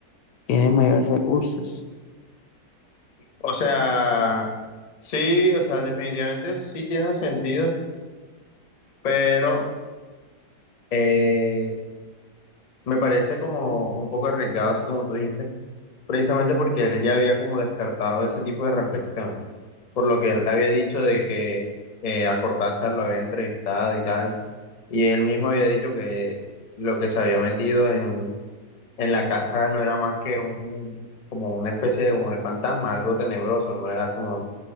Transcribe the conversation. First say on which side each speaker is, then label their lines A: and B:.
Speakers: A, on the left; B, on the left.
A: tienen mayores recursos.
B: O sea, sí, o sea, definitivamente sí tiene sentido, pero eh, me parece como un poco arriesgado, así como tú dijiste, precisamente porque él ya había como descartado ese tipo de reflexiones, por lo que él había dicho de que eh, a Cortázar lo había entrevistado y tal, y él mismo había dicho que lo que se había metido en, en la casa no era más que un, como una especie de, como de fantasma, algo tenebroso, no era como